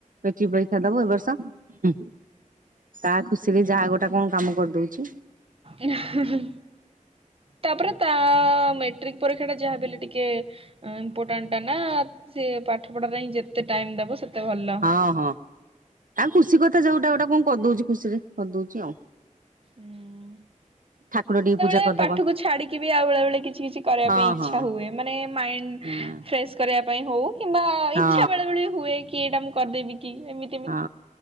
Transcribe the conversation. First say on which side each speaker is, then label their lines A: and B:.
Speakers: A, on the right (about 85°); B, on the right (about 45°).
A: ମେଟ୍ରି ପରୀକ୍ଷା ଦବ ଏ ବର୍ଷ। ହୁଁ ତା ଖୁସିରେ ଯାହା ଗୋଟା କଁ କାମ କରି ଦଉଚି।
B: ଏଁ ହେଁ ହେଁ। ତାପରେ ତା ମେଟ୍ରିକ୍ ପରୀକ୍ଷାଟା ଯାହା ବି ହେଲେ ଟିକେ ଅଁ ଇମ୍ପୋଟାଣ୍ଟ୍। ବାନାତ୍ ସିଏ ପାଠ ପଢା ପାଇଁ ଯେତେ ଟାଇମ୍ ଦବ ସେତେ ଭଲ।
A: ହଁ ହଁ। ତା ଖୁସି କଥା ଯୋଉଟା ଗୋଟା କଁ କରି ଦଉଚି ଖୁସିରେ କରି ଦଉଚି ଆଉ।
B: ହୁଁ।
A: ଠାକୁର ଟିକେ ପୂଜା
B: ଏ
A: କରିଦବା
B: ପାଠୁକୁ ଛାଡିକି ବି ଆଉ ବେଳେବେଳେ କିଛି କିଛି କରିବା
A: ହଁ
B: ପାଇଁ ଇଛା
A: ହଁ
B: ହୁଏ ମାନେ ମାଇଣ୍ଡ୍
A: ହଁ
B: ଫ୍ରେସ୍ କରିବା ପାଇଁ ହଉ କିମ୍ବା
A: ହଁ
B: ଇଚ୍ଛା ବେଳେ ବେଳେ ବି ହୁଏ କି ଏଇଟା ମୁଁ କରିଦେବି କି ଏମି
A: ହଁ